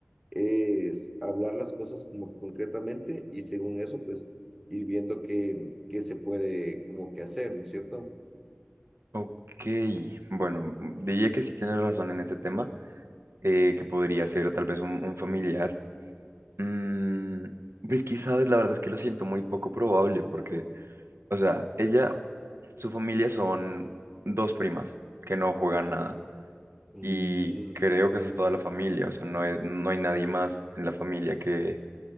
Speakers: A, in the centre; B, on the right.
A: es hablar las cosas como concretamente y según eso, pues ir viendo qué, qué se puede como que hacer, ¿no es cierto?
B: Ok, bueno, diría que sí tienes razón en ese tema, eh, que podría ser tal vez un, un familiar. Mm, pues quizás la verdad es que lo siento muy poco probable, porque, o sea, ella, su familia son dos primas que no juegan nada,
A: Mm,
B: y creo que esa es toda la familia, o sea, no, es- no hay nadie más en la familia que,